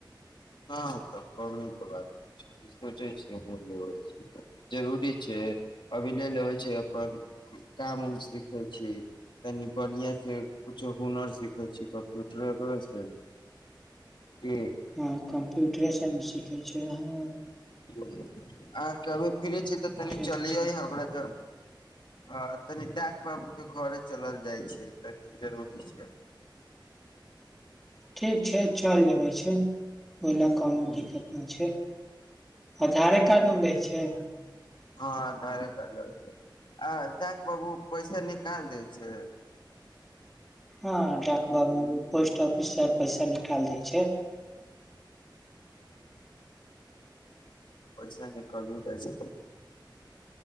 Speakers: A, on the left; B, in the centre.
A: हँ तक्कर नै छै बात। सोचै छीयै हमहूँ लेबै छी, जरूरी छै। अभी ले लेबै छीये अप्पन, काम उम सिखै छी। तनि बढ़िआँ से कुछो हुनर सिखै छी। कम्प्यूट्रे एक बेर <unintelligible> जी
B: हँ कम्प्यूटरे हम सीखै छियै हँ।
A: <unintelligible> आ <unintelligible> ठीके छै तऽ, तनी
B: केने
A: चलिये
B: छै
A: हमरा ज आ तनि डाक बाबू के घरे चलल जाय छै। तनी जरूरी छै
B: ठीक छै चल <unintelligible> छै, ओयला कोनो
A: हँ
B: दिक्कत ने छै, आधारे कार्ड नु लै छै।
A: आधारे कार्ड लेबै आ डाक बाबू पैसा नि डाल दै छै।
B: हाँ डाक बाबू पोस्ट ऑफिस से पैसा निकाल दै छै।
A: पैसा निकलयो जाय छै।